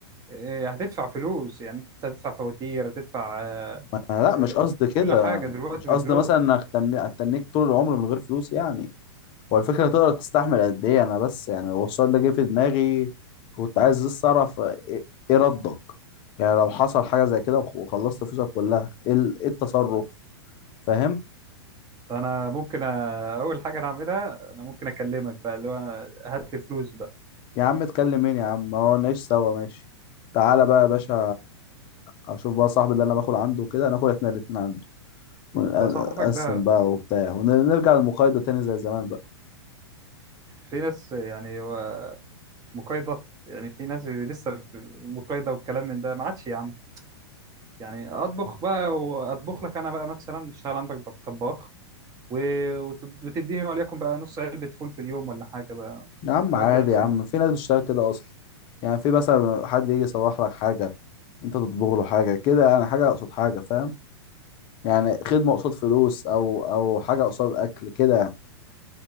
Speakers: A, on the right; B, on the left.
A: آه، هتدفع فلوس يعني انت هتدفع فواتير هتدفع آه،
B: ما- لا
A: آه،
B: مش قصدي كده
A: كل حاجة
B: يعني.
A: دلوقتي
B: أنا مش
A: بفلوس
B: قصدي مثلا انك تن- اتنيك طول العمر من غير فلوس يعني هو الفكرة تقدر تستحمل قد ايه انا بس يعني هو السؤال ده جه في دماغي كنت عايز بس اعرف ايه إيه ردك يعني لو حصل حاجة زي كده وخ- وخلصت فلوسك كلها ايه ال- إيه التصرف فاهم
A: طب انا ممكن أ- اول حاجه انا اعملها انا ممكن اكلمك بقى اللي هو هات لي فلوس بقى
B: يا عم اتكلم مين يا عم ما هو نعيش سوا ماشي تعالى بقى يا باشا اشوف بقى صاحبي اللي انا باكل عنده كده ناكل احنا الاتنين عنده ونقسم
A: ده صاحبك ده
B: بقى وبتاع ونرجع للمقايضة تاني زي زمان بقى
A: في ناس يعني هو مقايضه يعني في ناس لسه في مقايضه والكلام من ده ما عادش يا عم يعني اطبخ بقى واطبخ لك انا بقى مثلا اشتغل عندك طب- طباخ و- وتد- وتديني وليكن بقى نص علبه فول في اليوم ولا حاجه بقى
B: يا عم عادي
A: نقضي نفسنا
B: يا عم في ناس بتشتغل كده اصلا يعني في مثلا حد يجي يصلح لك حاجه انت تطبخ له حاجه كده يعني حاجه قصاد حاجه فاهم يعني خدمه قصاد فلوس او او حاجه قصاد اكل كده يعني.